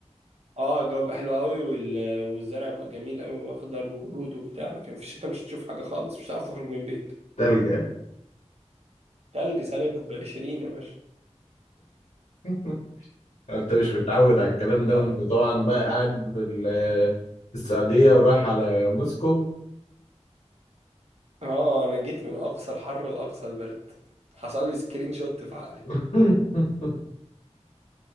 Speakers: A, on the right; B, on the left.
A: اه الجو بقى حلو قوي وال... والزرع بقى جميل قوي واخضر ورود وبتاع لكن في الشتاء مش هتشوف حاجة خالص مش هتعرف تخرج من البيت
B: تلجة
A: تلج سالب 20 يا باشا
B: <laughs> أنت
A: مم.
B: مش متعود على الكلام ده
A: طيب.
B: وأنت طبعا بقى قاعد في ال- في السعودية ورايح على موسكو
A: اه انا جيت من اقصى الحر لاقصى البرد حصل لي سكرين شوت في عقلي
B: <laughs>